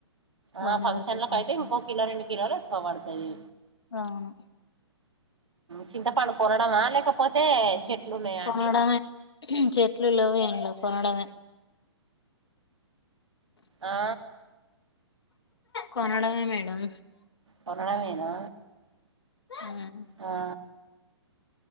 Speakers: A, on the right (about 75°); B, on the left (about 60°).
A: ఆ
B: బానే
A: ఫంక్షన్
B: పడుతది
A: లకి
B: ఫంక్షన్లు
A: అయితే ఇంకో కిలో రెండు కిలోలు పాబడతాయి
B: అవును
A: చింత పండు కొనడమా లేకపోతే చెట్లు ఉన్నాయా
B: కొనడమే
A: అండి
B: చెట్లు లేవు ఏం లేవు కొనడమే
A: ఆ
B: కొనడమే మేడం
A: కొనడమేనా
B: ఉమ్
A: హా